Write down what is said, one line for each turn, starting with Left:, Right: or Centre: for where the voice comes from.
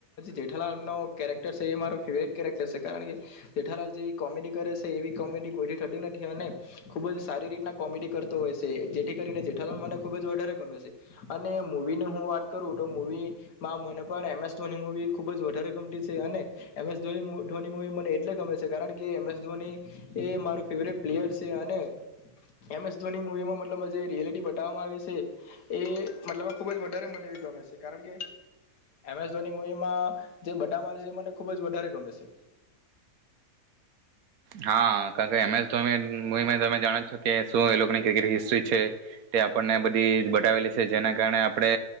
Left: જેઠાલાલ ન કેરેક્ટર છે એ મારો ફેવરેટ કેરેક્ટર છે કારણ, કે જેઠાલાલ જે કોમેડી કરે છે એવી કોમેડી કોઈથી થતી નથી અને ખૂબ જ સારી રીતના કોમેડી કરતો હોય છે, જેથી કરીને જેઠાલાલ મને ખૂબ જ વધારે ગમે છે, અને મૂવીની હું વાત કરું તો મવીમાં મને પણ એમએસ ખુબ જ વધારે ગમતી છે અ, ને એમસ ધોની મવી મને એટલે ગમે છે કારણ કે એમ એસ ધોની એ માર ફેવરેટ પ્લેયર છે, અને એમ એસ ધોની મવીમાં મતલબ જે રિયાલિટી બતાવવામાં આવી છે, એ મતલબ ખુબ જ વધારે મને ગમે છે કારણ કેસ એમ એસ ધોની મૂવી માં જે બતાવામા આવે છે. એ મને ખુબ જ વધારે ગમે છે.
Right: હા કારણ કે એમસ ધોની તમે જાણો જ છો કે શું એ લોકોની ક્રિકેટ હિસ્ટ્રી છે તે આપણને બધીજ બતાવેલી છે જેના કારણે આપણે